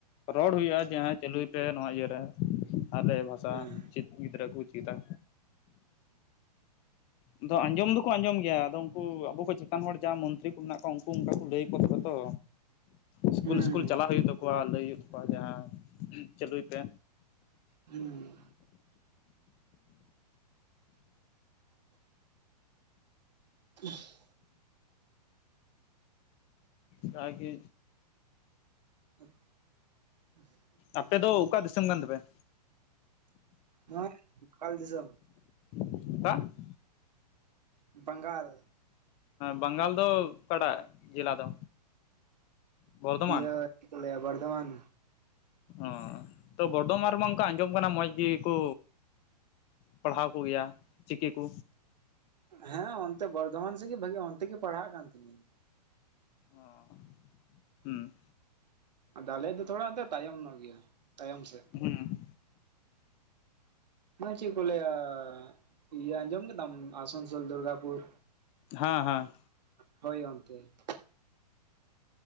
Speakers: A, on the left (about 30°); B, on the right (about 80°).
A: ᱨᱚᱲ ᱦᱩᱭᱩᱜᱼᱟ ᱡᱮ ᱦᱮᱸ ᱪᱟᱹᱞᱩᱭ ᱯᱮ ᱱᱚᱣᱟ ᱤᱭᱟᱹᱨᱮ ᱟᱞᱮ ᱵᱷᱟᱥᱟ
B: ᱦᱮᱸ
A: ᱪᱤᱫ ᱜᱤᱫᱽᱨᱟᱹ ᱠᱚ ᱪᱤᱫᱟ ᱟᱫᱚ ᱟᱸᱡᱚᱢ ᱫᱚᱠᱚ ᱟᱸᱡᱚᱢ ᱜᱮᱭᱟ ᱟᱫᱚ ᱩᱝᱠᱩ ᱟᱵᱚ ᱠᱷᱚᱡ ᱪᱮᱛᱟᱱ ᱦᱚᱲ ᱡᱟᱦᱟᱸ ᱢᱚᱱᱛᱨᱤ ᱠᱚ ᱢᱮᱱᱟᱜ ᱠᱚᱣᱟ ᱩᱝᱠᱩ ᱚᱝᱠᱟ ᱠᱚ ᱞᱟᱹᱭ ᱟᱠᱚᱣᱟ ᱛᱚᱵᱮ ᱛᱚ ᱤᱥᱠᱩᱞ
B: ᱦᱮᱸ
A: ᱥᱤᱥᱠᱩᱞ ᱪᱟᱞᱟᱜ ᱦᱩᱭᱩᱜ ᱛᱟᱠᱚᱣᱟ ᱞᱟᱹᱭ ᱦᱩᱭᱩᱜ ᱛᱟᱠᱚᱣᱟ ᱡᱟᱦᱟᱸ ᱪᱟᱹᱞᱩᱭ ᱯᱮ᱾
B: ᱦᱩᱸ <inaudible>
A: ᱪᱷᱟ ᱜᱮ
B: <unintelligible>
A: ᱟᱯᱮ ᱫᱚ ᱚᱠᱟ ᱫᱤᱥᱚᱢ ᱠᱟᱱ ᱛᱟᱯᱮᱭᱟ?
B: <unintelligible> ᱫᱤᱥᱚᱢ
A: <unintelligible>
B: ᱵᱟᱝᱜᱟᱞ
A: ᱵᱟᱝᱜᱟᱞ ᱫᱚ ᱚᱠᱟᱴᱟᱜ ᱡᱮᱞᱟ ᱫᱚ ᱵᱚᱨᱫᱷᱚᱢᱟᱱ?
B: ᱤᱭᱟᱹ ᱪᱮᱫ ᱠᱚ ᱞᱤᱭᱟ ᱵᱚᱨᱫᱚᱢᱟᱱ᱾
A: ᱚ ᱛᱚ ᱵᱚᱨᱫᱷᱚᱢᱟᱱ ᱨᱮᱢᱟ ᱚᱱᱠᱟ ᱟᱸᱡᱚᱢ ᱠᱟᱱᱟ ᱢᱚᱸᱡᱽ ᱜᱮᱠᱚ, ᱯᱟᱲᱦᱟᱣ ᱠᱚᱜᱮᱭᱟ ᱪᱤᱠᱤ ᱠᱚ᱾
B: ᱦᱮᱸ ᱚᱱᱛᱮ ᱵᱚᱨᱫᱷᱚᱢᱟᱱ ᱥᱮᱡ ᱜᱮ ᱵᱷᱟᱜᱤ ᱚᱱᱛᱮ ᱜᱮ ᱯᱟᱲᱦᱟᱜ ᱠᱟᱱ ᱛᱟᱦᱮᱱᱤᱧ᱾
A: ᱚ ᱦᱩᱸ
B: ᱟᱫᱚ ᱟᱞᱮᱭᱟᱜ ᱛᱷᱚᱲᱟ ᱮᱱᱛᱮ ᱛᱟᱭᱚᱢ ᱱᱚᱜ ᱜᱮᱭᱟ ᱛᱟᱭᱚᱢ ᱥᱮᱜ
A: <unintelligible>
B: ᱢᱟᱱᱮ ᱪᱮᱫ ᱠᱚ ᱞᱟᱹᱭᱟ ᱤᱭᱟᱹ ᱟᱸᱡᱚᱢ ᱠᱮᱫᱟᱢ ᱟᱥᱟᱱᱥᱳᱞ ᱫᱩᱨᱜᱟᱯᱩᱨ᱾
A: ᱦᱮᱸ ᱦᱮᱸ
B: ᱦᱳᱭ ᱚᱱᱛᱮ᱾